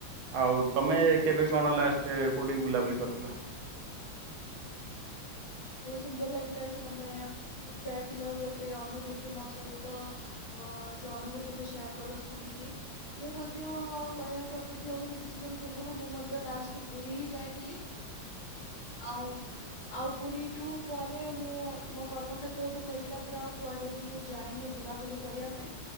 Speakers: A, on the right (about 80°); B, on the left (about 60°).
A: ଆଉ ତମେ କେବେ କଣ ଲାଷ୍ଟ କୋଉଠି ବୁଲାବୁଲି କରି ଥିଲା।
B: ବହୁତୁ ସୁନ୍ଦର ଲାଗିଲା କି ତମେ ପୁରୀ ଯାଇଥିଲ ଗୋଟେ ଅନୁଭୂତି ମୋ ସହିତ ଓ ସେ ଅନୁଭୂତି କୁ ସେୟାର୍ କଲ ଶୁଣିକି। ମୁଁ ମଧ୍ୟ କହିବାକୁ ଅତ୍ୟୁକ୍ତି ହବନି କିଛି ଦିନ ପୂର୍ ବୁରୁ ମୁଁ ମଧ୍ୟ ଲାଷ୍ଟ ପୁରୀ ହିଁ ଯାଇଥିଲି। ଆଉ ଆଉ ପୁରୀଠୁ ପରେ ମୁଁ ମୋ କର୍ମକ୍ଷେତ୍ରକୁ ଫେରିଲା ପରେ ଆଉ କୁଆଡ଼େ ବି ମୁଁ ଯାଇନି ବୁଲାବୁଲି କରିବା ପାଇଁ।